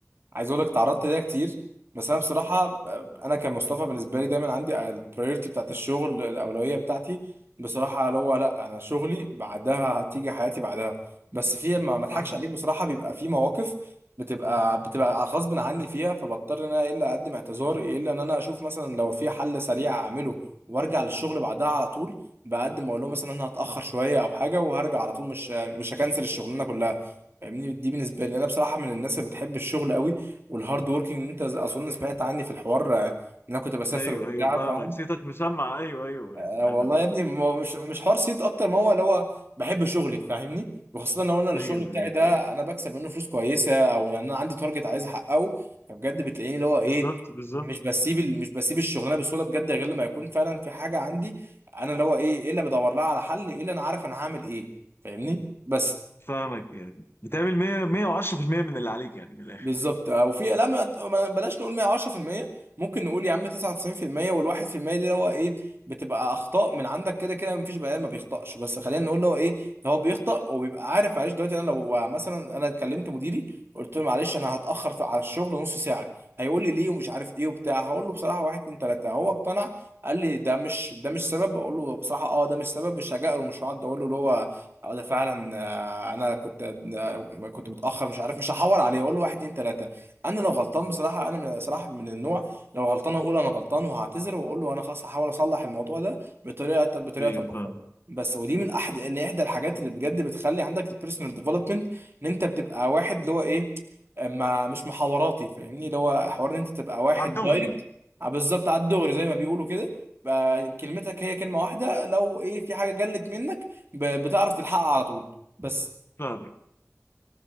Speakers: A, on the right (about 50°); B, on the left (about 45°).
A: عايز اقول لك اتعرضت ليها كتير بس انا بصراحه ب- انا كمصطفى بالنسبه لي دايما عندي البريورتي بتاعت الشغل الاولويه بتاعتي بصراحه اللي هو لا انا شغلي بعدها هتيجي حياتي بعدها بس في ما ما اضحكش
B: فاهم
A: عليك بصراحه بيبقى في مواقف بتبقى بتبقى غصب عني فيها فبضطر ان انا الا اقدم اعتذار الا ان انا اشوف مثلا لو في حل سريع اعمله وارجع للشغل بعدها على طول بقدم اقول لهم مثلا انا هتاخر شويه او حاجه وهرجع على طول مش مش هكنسل الشغلانه كلها فاهمني دي بالنسبه لي انا بصراحه من الناس اللي بتحب الشغل قوي والهارد وركينج انت اظن سمعت عني في الحوار آه، ان انا كنت بسافر
B: ايوه
A: وبتاع
B: ايوه فاهمك
A: فاهم
B: صيتك مسمع ايوه ايوه
A: آه
B: انا
A: والله يا ابني ما هو مش مش حوار صيت اكتر ما هو اللي هو بحب شغلي فاهمني وخاصه لو انا الشغل
B: ايوه
A: بتاعي
B: ايوه
A: ده
B: ايوه
A: انا بكسب منه فلوس كويسه او يعني انا عندي تارجت عايز احققه فبجد بتلاقيني اللي هو
B: بالظبط
A: ايه
B: بالظبط
A: مش بسيب ال- مش بسيب الشغلانه بسهوله بجد غير لما يكون فعلا في حاجه عندي انا اللي هو ايه ايه اللي بدور لها على حل ايه اللي انا عارف انا هعمل ايه فاهمني بس
B: فاهمك يعني بتعمل 100 110% من اللي عليك يعني من الاخر
A: بالظبط آه، وفي لا ما ما- بلاش نقول 110% ممكن نقول يا عم 99% وال1% دي اللي هو ايه بتبقى اخطاء من عندك كده كده مفيش بني ادم ما بيخطاش بس خلينا نقول اللي هو ايه ده هو بيخطأ وبيبقى عارف معلش دلوقتي انا لو مثلا انا كلمت مديري قلت له معلش انا هتاخر في على الشغل نص ساعه هيقول لي ليه ومش عارف ايه وبتاع هقول له بصراحه واحد اتنين تلاته هو اقتنع قال لي ده مش ده مش سبب اقول له بصراحه اه ده مش سبب مش هجأله مش هقعد اقول له اللي هو اه ده فعلا آه، انا كنت آه، كنت متاخر مش عارف مش هحور عليه اقول له واحد اتنين تلاته انا لو غلطان بصراحه انا من صراحه من النوع لو غلطان اقول انا غلطان وهعتذر واقول له انا خلاص هحاول اصلح الموضوع ده بطريقه بطريقه
B: ايوه
A: اخرى
B: فاهم
A: بس ودي من احد ان احدى الحاجات اللي بجد بتخلي عندك البيرسونال ديفلوبمنت ان انت بتبقى واحد اللي هو ايه آه، ما مش محاوراتي فاهمني اللي هو حوار ان انت تبقى واحد
B: على الدغري
A: دايركت
B: يعني.
A: آه، بالظبط على الدغري زي ما بيقولوا كده بقى كلمتك هي كلمه واحده لو ايه في حاجه جلت منك ب- بتعرف تلحقها على طول بس
B: فاهمك